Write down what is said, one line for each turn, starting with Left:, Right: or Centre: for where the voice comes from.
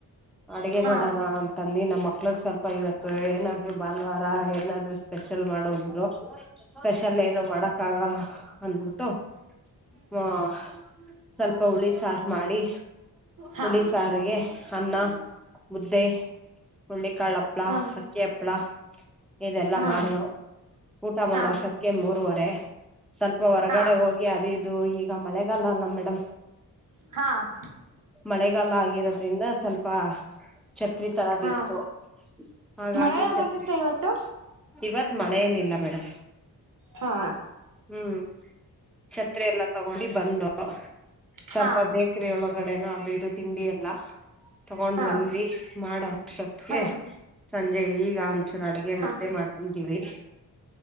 Centre: ಅಡುಗೆ ಮಾಡೋಣ
Right: ಹಾ
Centre: ಅಂತಂದು ನಮ್ಮಕ್ಕ ಮಳಗ್ ಸ್ವಲ್ಪ ಇವತ್ತು ಏನಾದ್ರು ಭಾನುವಾರ ಏನಾದ್ರು ಸ್ಪೆಷಲ್ ಮಾಡೋದ್ರು ಸ್ಪೆಷಲ್ ಏನು ಮಾಡಕ್ ಆಗಲ್ಲ ಅಂದಬಿಟ್ಟು ಹ್ಮ <inaudible> ಸ್ವಲ್ಪ ಹುಳಿ ಸಾರ ಮಾಡಿ
Right: ಹಾ
Centre: ಹುಳಿ ಸಾರಿಗೆ. ಅನ್ನ ಮುದ್ದೆ ಹುಳ್ಳಿಕಾಳ ಹಪ್ಳ
Right: ಹ್ಮ್
Centre: ಅಕ್ಕಿ ಹಪ್ಳ. ಇದೆಲ್ಲಾ
Right: ಹಾ
Centre: ಮಾಡದು ಊಟ ಮಾಡೋ
Right: ಹಾ ಹಾ
Centre: ಸತ್ತಕ್ಕೆ ಮೂರುವರೆ. ಸ್ವಲ್ಪ ಹೊರಗಡೆ
Right: ಹಾ ಹಾ
Centre: ಹೋಗಿ ಅದು ಇದು ಈಗ ಮಳೆಗಾಲ ಅಲ್ಲ ಮೇಡಮ್.
Right: ಹಾ
Centre: ಮಳೆಗಾಲ ಆಗಿರೋದ್ರಿಂದ ಸ್ವಲ್ಪ. ಛತ್ರಿ ತರದ
Right: ಹಾ
Centre: ಇತ್ತು ಹಾಗಾಗಿ
Right: ಮಳೆ
Centre: ಛತ್
Right: ಬಂದಿತ್ತ ಇವತ್ತು
Centre: ಇವತ್ತ. ಮಳೆ ಏನ ಇಲ್ಲ ಮೇಡಮ್.
Right: ಹಾ
Centre: ಹ್ಮ್ ಛತ್ರೆ ಎಲ್ಲ ತಗೊಂಡಿ ಬಂದು. ಸ್ವಲ್ಪ
Right: ಹಾ
Centre: ಬೇಕ್ರಿ ಒಳಗಡೆನ ಅದು ಇಡು ತಿಂಡಿ ಎಲ್ಲ ತಗೊಂಡ್
Right: ಹಾ
Centre: ಬಂದಿ ಮಾಡೋ. ಒಟ್ಟಿಗೆ
Right: ಹಾ
Centre: ಸಂಜೆ ಈಗ ಒಂಚೂರು ಅಡ್ಗೆ ಮುದ್ದೆ
Right: ಹಾ
Centre: ಮಾಡ್ಕಂತೀವಿ.